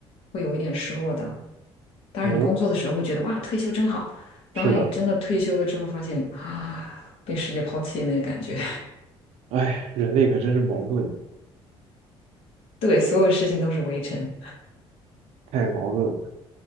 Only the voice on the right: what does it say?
哦，
是的，
哎，人类可真是矛盾的，
太矛盾了。